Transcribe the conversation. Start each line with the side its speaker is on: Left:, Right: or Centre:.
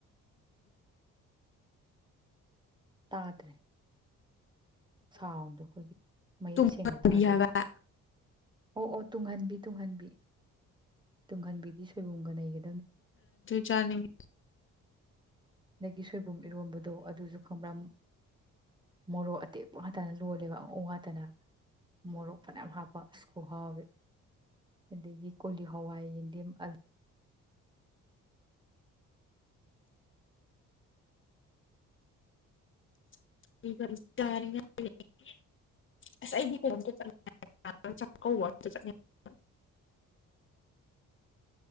Right: ꯇꯥꯗꯔ꯭ꯦ ꯁꯥꯎꯟꯗꯣ ꯑꯩꯈꯣꯏꯒꯤ ꯃꯌꯦꯛ
Left: ꯇꯨꯡꯍꯟꯕꯤ
Right: ꯁꯦꯡꯅ ꯇꯥ꯭ꯗꯔ꯭ꯦꯕ
Left: ꯍꯥꯏꯕ
Right: ꯑꯣ ꯑꯣ ꯇꯨꯡꯍꯟꯕꯤ ꯇꯨꯡꯍꯟꯕꯤ ꯇꯨꯡꯍꯟꯕꯤꯗꯤ ꯁꯣꯏꯕꯨꯡꯒ ꯅꯩꯒ
Left: ꯆꯅꯤꯡ <unintelligible>
Right: ꯅꯒꯤꯁꯨꯣꯏ <unintelligible> ꯕꯨꯝ ꯏꯔꯣꯝꯕꯗꯣ ꯑꯗꯨꯁꯨ ꯈꯪꯕ꯭ꯔꯥ ꯃꯨ ꯃꯣꯔꯣꯛ ꯑꯇꯦꯛꯄ ꯉꯥꯛꯇꯅ ꯂꯣꯜꯂꯦꯕ ꯑꯉꯧ ꯉꯥꯛꯇꯅ ꯃꯣꯔꯣꯛ ꯐꯅꯌꯥꯝ ꯍꯥꯞꯄ ꯑꯁ ꯈꯨꯍꯥꯎꯗꯤ ꯑꯗꯒꯤ ꯀꯣꯂꯤ ꯍꯋꯥꯏ ꯌꯦꯟꯗꯦꯝ ꯑꯜꯂꯨ
Left: <unintelligible> ꯑꯩꯗꯤ